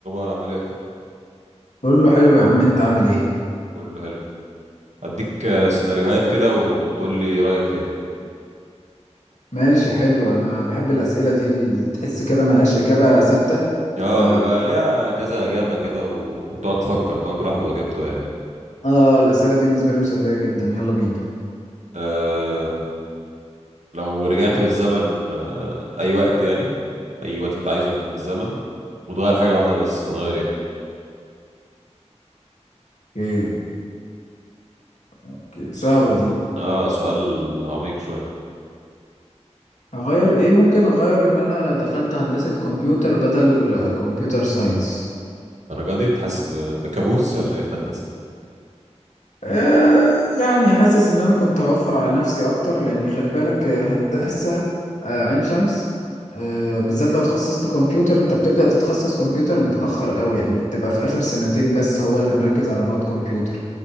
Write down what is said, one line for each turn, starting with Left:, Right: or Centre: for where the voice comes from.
Right: الأخبار عامل ايه؟
Left: كله حلو يا عم انت عامل ايه
Right: كله حلو هديك آه، سيناريوهات كده وتقول لي رأيك فيها
Left: ماشي حلو انا بحب الاسئله دي اللي تحس كده ملهاش اجابه ثابته
Right: اه
Left: ف
Right: بيبقى ليها كذا إجابة كده وتقعد تفكر بقى كل واحد وإجابته يعني
Left: اه الاسئله دي بالنسبه لي مسليه جدا يلا بينا
Right: آه لو رجعت بالزمن آه أي وقت يعني أي وقت أنت عايزه في بالزمن وتغير حاجة واحدة بس هتغير ايه؟
Left: اوكي اوكي صعبه
Right: سؤال
Left: دي
Right: اه سؤال عميق شوية
Left: اغير ايه ممكن اغير ان انا دخلت هندسه كمبيوتر بدل كمبيوتر ساينس
Right: الدرجة دي أنت حاسس ب- بكابوس <laughs> ولا ايه في هندسة؟
Left: آه، يعني حاسس ان انا كنت هوفر على نفسي اكتر لاني خلي بالك آه، هندسة آه، عين شمس آه، بالذات لو تخصصت كمبيوتر انت بتبدأ تتخصص كمبيوتر متأخر قوي يعني بتبقى في اخر سنتين بس هو اللي مركز على مواد كمبيوتر